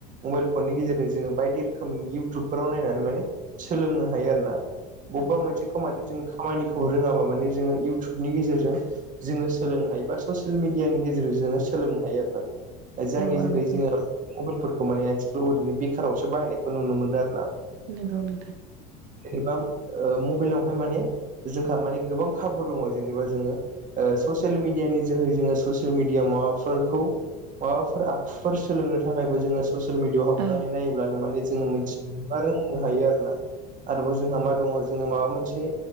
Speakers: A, on the right; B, on the right.
A: मबेलफोरनि गेजेरजों जोङो बायदि रोखोमनि इउटुबफोराव नायनानै माने सोलोंनो हायो आरो ना। बबबा
B: औ
A: मोनसेखौ मानि जों खामानिखौ रोङाबा माने जोङो इउटुबनि गेजेरजों जोङो सोलोंनो हायो बा ससियेल मिडियानि गे जेराव जोङो सोलोंनो हायो आरो ना। ओ जायनि
B: औ
A: जोहै
B: औ
A: जोङो मबेलफोरखौ माने आथिखालाव ओरैनो बेखारावसो बाहायनायखौ नुनो मोनदो आरो ना।
B: नंगौ नोंथां।
A: एबा ओ मबेलावहाय माने जोंहा माने गोबां खाबु दङ' जेनेबा जोङो ओ ससियेल मिडियानि जोहै जोङो सस मेडियामाव माबाफोरखौ माबाफोर आखुफोर सोलोंनो थाखायबो जोङो ससियेल मिडियाव हाबनानै
B: औ
A: नायोब्लानो माने जोङो मोनथिनो बा रोंनो हायो आरो ना। आरोबाव जोंहा मा दङ' जोङो माबा मोनसे